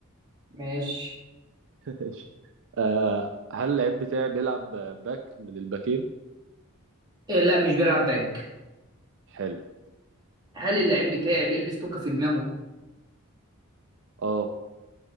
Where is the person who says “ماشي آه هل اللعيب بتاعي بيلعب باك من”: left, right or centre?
Right